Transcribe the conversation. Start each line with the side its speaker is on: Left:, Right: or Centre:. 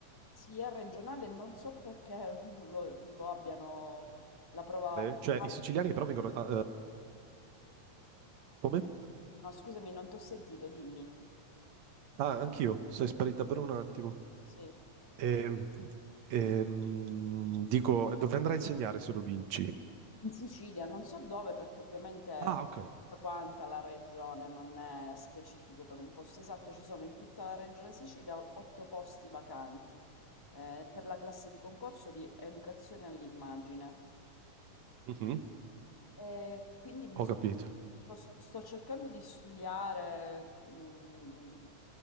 Left: Sì, è regionale, non so perché <laughs> lo, lo abbiano la prova. ah,
Right: Cioè, i siciliani però vengono... ah, eh, come?
Left: No, scusami, non ti ho sentito, dimmi.
Right: Ah, anch'io, sei sparita per un attimo.
Left: Sì.
Right: Ehm, ehm, dico, dove andrai a insegnare se lo vinci?
Left: In Sicilia, non so dove, perché ovviamente
Right: Ah, ok.
Left: tutta quanta la regione non è specifico per un posto esatto, ci sono in tutta la regione Sicilia otto posti vacanti eh, per la classe di concorso di educazione all'immagine.
Right: Mhm,
Left: Eh, quindi insomma,
Right: Ho capito.
Left: sto, sto cercando di studiare, mh,